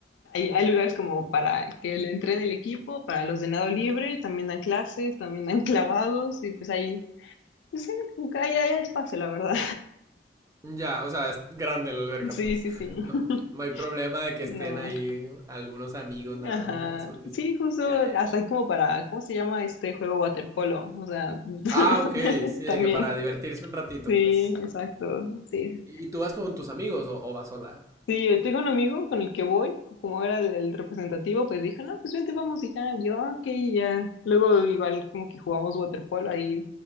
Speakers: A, on the left; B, on the right.
A: hay, hay lugares como para que le entren el equipo, para los de nado libre, también dan clases, también dan <laughs> clavados, y pues ahí, pues sí, como que ahí hay hay espacio, la verdad.
B: ya, o sea, es grande la alberca,
A: Sí,
B: pues.
A: sí,
B: <laughs>
A: sí.
B: No,
A: <laughs>
B: no hay problema de que
A: No.
B: estén ahí algunos amigos nadando,
A: Ajá.
B: no, porque
A: Sí,
B: sí.
A: justo
B: Ya, ya.
A: hasta
B: ya.
A: ahí como para, ¿cómo se llama este juego waterpolo? O sea, <laughs>
B: Ah, ok, sí,
A: también.
B: de que para divertirse un ratito,
A: Sí,
B: pues.
A: exacto. Sí.
B: ¿Y, y tú vas con tus amigos o, o vas sola?
A: Sí, yo tengo un amigo con el que voy, como era el, el representativo, pues dije, no, pues vente, vamos y ya, yo, "Ah, ok, y ya. Luego igual como que jugamos waterpolo ahí.